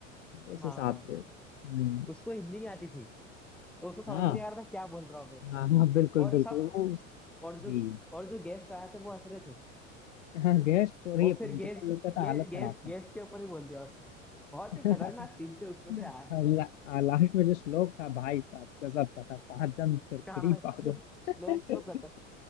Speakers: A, on the left; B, in the centre.
A: उस
B: हाँ
A: हिसाब
B: हाँ हाँ।
A: से हम्म
B: उसको हिंदी नहीं आती थी तो उसको समझ
A: हाँ
B: भी नहीं आ रहा था क्या बोल रहा हूँ मैं
A: हाँ हाँ बिल्कुल
B: और
A: बिल्कुल
B: सब
A: वो उस-
B: और जो
A: जी
B: और जो गेस्ट आए थे वो हंस रहे थे
A: हाँ गेस्ट छोड़िए
B: और फिर
A: प्रिंसिपल
B: गेस्ट
A: लोग का तो
B: गे,
A: हालत
B: गेस्ट
A: खराब
B: गेस्ट
A: था
B: के ऊपर ही बोल दिया उसने बहुत
A: <laughs>
B: ही खतरनाक सीन थे उसमें तो यार
A: और ला, आ, लास्ट में जो श्लोक था भाई साहब गजब का था पादम थुरथुरी
B: कहाँ श्लोक
A: पादम
B: श्लोक
A: <laughs>
B: तो खतर